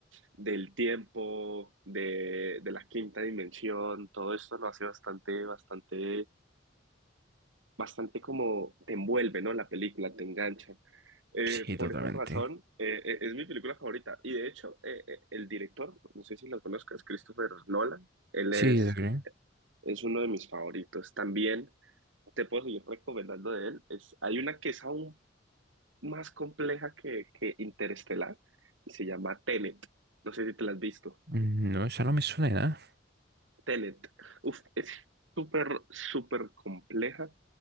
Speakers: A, on the right (about 85°); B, on the right (about 55°).
A: del tiempo, de, de la quinta dimensión, todo esto lo hace bastante, bastante, bastante como te envuelve, ¿no? La película te engancha. Eh,
B: Sí,
A: por
B: totalmente.
A: esa razón, eh, eh, es mi película favorita. Y de hecho, eh, eh, el director, no sé si lo conozcas, Christopher Nolan, él
B: Sí,
A: es,
B: lo creo.
A: es uno de mis favoritos. También te puedo seguir recomendando de él. Es, hay una que es aún más compleja que, que Interestelar y se llama Tenet. No sé si te la has visto.
B: Mm, No, esa no me suena de nada.
A: Tenet. Uf, es súper, súper compleja.